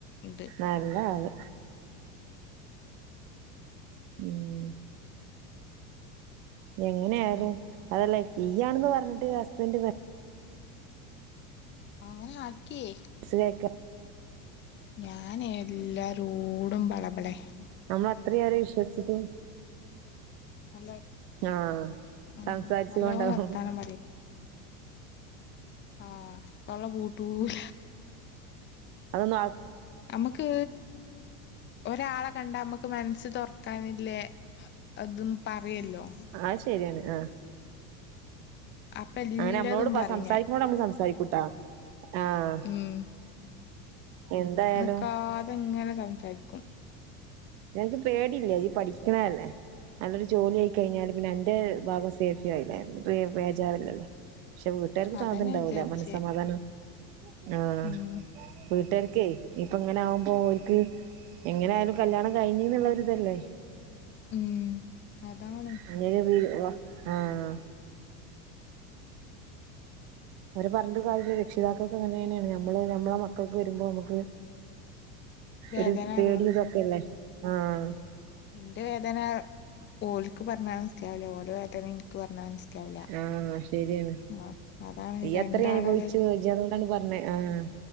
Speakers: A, on the left (about 25°); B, on the right (about 55°).
A: ഇത്
B: നല്ലാത് ഉം എങ്ങനെ ആയാലും
A: ഞാൻ
B: അതല്ലേ തീ ആണെന്ന് പറഞ്ഞിട്ട് ഹസ്ബൻട് ങ്ങനെ
A: അങ്ങനാക്യേ
B: സിലായ്ക്ക
A: ഞാനെല്ലാരോടും ബളബളേ
B: നമ്മളത്രിഏറെ വിശ്വസിച്ചിട്ടും
A: നല്ല
B: ആഹ്‌
A: ഉം
B: സംസാരിച്ചുകൊണ്ടാവും
A: നല്ലോ വർത്താനം ആഹ്‌ തൊള്ള പൂട്ടൂല
B: അതൊന്നാൾക്ക്‌
A: നമ്മക്ക് ഒരാളെ കണ്ടമ്മക്ക് മൻസ്സ് തൊർക്കാനില്ലേ അതും പറ്യല്ലോ
B: അഹ് ശര്യാണ് ആഹ്‌
A: അപ്പല്ലതും
B: അങ്ങനെ നമ്മളോട്
A: പറിം
B: സംസാരിക്കുമ്പോട്
A: ഞാൻ
B: നമ്മള് സംസാരിക്കൂട്ടാ ആഹ്
A: ഉം
B: എന്തായാലും
A: നിക്കാതെങ്ങനെ സംസാരിക്കും
B: ന്നൻക്ക് പേടില്ല യ്യ് പഠിക്കണല്ലേ നല്ലൊരു ജോലി ആയി കഴിഞ്ഞാല് പിന്നെ എന്റെ ഭാഗം സേഫി ആയിലെ. പിന്നെപ്പ്‌ ബേജാറില്ലല്ലേ പക്ഷെ വീട്ടുകാർക്ക്
A: അതാ
B: സാധനംണ്ടാവൂല
A: ഞാൻ വിചാരിച്ചേ
B: മനസ്സമാധാനം ആഹ്
A: ഉം
B: വീട്ടുകർക്കേ ന്നിപ്പങ്ങനെ ആകുമ്പോ ഓൽക്ക് എങ്ങനായാലും കല്യാണം കയ്ഞ്ഞ്ന്ന്ള്ളൊരിതല്ലേ
A: ഉം അതാണ്
B: <unintelligible> ആഹ് അവരെ പറഞ്ഞിട്ട് കാര്യല്ല. രക്ഷിതാക്കക്ക് അങ്ങനേണ്. ഞമ്മള് ഞമ്മളെ മക്കക്ക് വരുമ്പോ ഞമ്മക്ക്
A: വേദന
B: ഒരു പേടിതൊക്കെല്ലേ
A: അറിയുള്ളൂ
B: ആഹ്‌
A: ഇന്റെ വേദന ഓൽക്ക് പർഞ്ഞാ മൻസ്സിലാവൂല്ല. ഓല വേദന ഇൻ ക്ക്‌ പർഞ്ഞാ മൻസ്സിലാവൂല
B: ആഹ് ശരിയാണ്
A: ആഹ്‌ അതാണ്
B: ഇയ്യ്
A: രണ്ടാളെ
B: അത്രയും അനുഭവിച്ചു ഇജ്ജ് അതുകൊണ്ടാണ് പറഞ്ഞേ ആഹ്